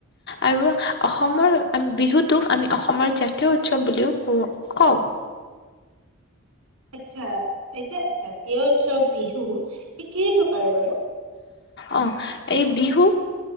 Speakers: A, on the left; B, on the right.
A: আৰু অসমৰ
B: অ'
A: উম, বিহুটোক আমি অসমৰ জাতীয় উৎসৱ বুলিও কো কওঁ।
B: আচ্ছা, এই যে জাতীয় উৎসৱ বিহু ই কেই প্ৰকাৰৰ বাৰু?
A: অ', এই বিহু